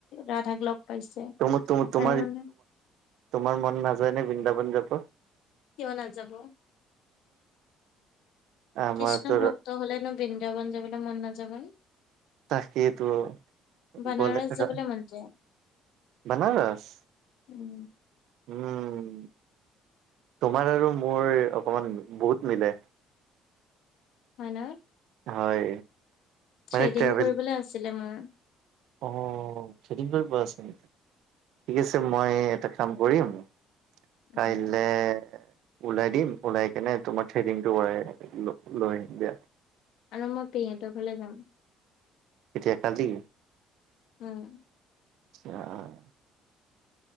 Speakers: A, on the left; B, on the right.
A: ৰাধাক লগ পাইছে
B: ত তোমাৰোমাৰ
A: আৰু মানে
B: তোমাৰ মন নাযায় নে বৃন্দাবন যাব।
A: কিয় নাযাব?
B: আমাৰতো
A: কৃষ্ণ ভক্ত হলে ন বৃন্দাবন যাবলে মন নাযাব নে?
B: তাকেইতো,
A: বানাৰস
B: গলে <unintelligible>
A: যাবলৈ মন যায়।
B: বনাৰস?
A: উম
B: উম, তোমাৰ আৰু মোৰ অকণমান বহুত মিলে।
A: হয় ন?
B: হয়।
A: থ্ৰেডিং
B: মানে ট্ৰেভেল
A: কৰিবলৈ আছিলে মোৰ।
B: অ', থেদিং কৰিবিব আছে নেকি? ঠিক আছে মই এটা কাম কৰিম।
A: উম
B: কাইলে ওলাই দিম ওলাই কেনে তোমাৰ থ্ৰেডিংটো লৈ আহিম দিয়া।
A: আৰু মই পেহীহঁতৰ ঘৰলে যাম।
B: এতিয়া আজি।
A: উম,
B: আ,